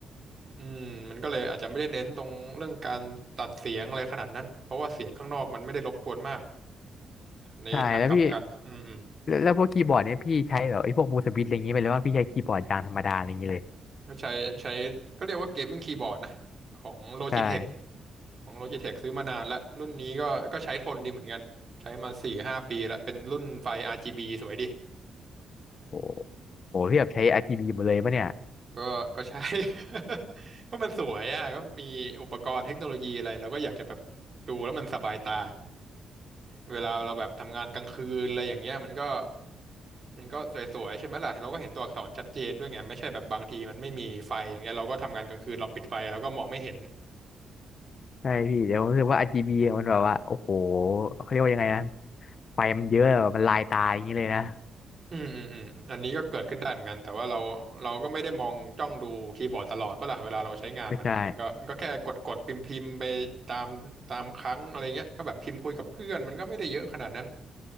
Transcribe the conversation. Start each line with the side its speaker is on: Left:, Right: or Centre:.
Right: อืมมันก็เลยอาจจะไม่ได้เน้นตรงเรื่องการตัดเสียงอะไรขนาดนั้นเพราะว่าเสียงข้างนอกมันไม่ได้รบกวนมาก ในทางกลับกันอืมอืม
Left: ใช่แล้วพี่แล้วแล้วพวกคีย์บอร์ดเนี่ยพี่ใช้แบบไอ้พวกมูสวิตอะไรเงนี้ยไปเลยว่าพี่ใช้คีย์บอร์ดยางธรรมดาอะไรเงงี้เลย
Right: ก็ใช้ใช้ก็เรียกว่าเกมมิ่งคีย์บอร์ดนะของ Logitech
Left: ใช่
Right: ของ Logitech ซื้อมานานแล้วรุ่นนี้ก็ก็ใช้ทนดีเหมือนกันใช้มาสี่ห้าปีแล้วเป็นรุ่นไฟ RGB สวยดี
Left: โอ้โหพี่แบบใช้ RGB หมดเลยปะเนี่ย
Right: ก็ก็ใช้ <laughs> ก็มันสวยอ่ะก็มีอุปกรณ์เทคโนโลยีอะไรเราก็อยากจะแบบดูแล้วมันสบายตาเวลาเราแบบทำงานกลางคืนอะไรอย่างเงี้ยมันก็ มันก็สวยๆใช่ไหมล่ะเราก็เห็นตัวอักษรชัดเจนด้วยไงไม่ใช่แบบบางทีมันไม่มีไฟอย่างเงี้ยเราก็ทำงานกลางคืนเราปิดไฟเราก็มองไม่เห็น
Left: ใช่พี่เดี๋ยวผมรู้สึกว่า RGB มันแบบว่าโอ้โหเขาเรียกว่ายังไงนะไฟมันเยอะแบบมันลายตาอย่างนี้เลยนะ
Right: อืมอืมอืมอันนี้ก็เกิดขึ้นได้เหมือนกันแต่ว่าเราเราก็ไม่ได้มองจ้องดูคีย์บอร์ดตลอดปะล่ะเวลาเราใช้งานมันนะมันก็ก็แค่กดกดพิมพ์พิมพ์ไปตามตามครั้งอะไรเงี้ยก็แบบพิมพ์คุยกับเพื่อนมันก็ไม่ได้เยอะขนาดนั้น
Left: ไม่ใช่